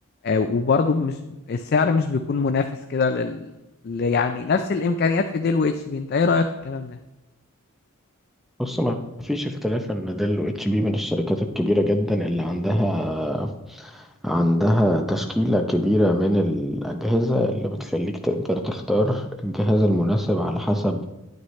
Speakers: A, on the left; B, in the centre.
A: آه، وبرضه مش السعر مش بيكون منافس كده لل ل- يعني نفس الإمكانيات في ديل و اتش بي انت ايه رأيك في الكلام ده؟
B: بص ما فيش اختلاف ان ديل و اتش بي من الشركات الكبيرة جدا اللي عندها عندها تشكيلة كبيرة من الأجهزة اللي بتخليك تقدر تختار الجهاز المناسب على حسب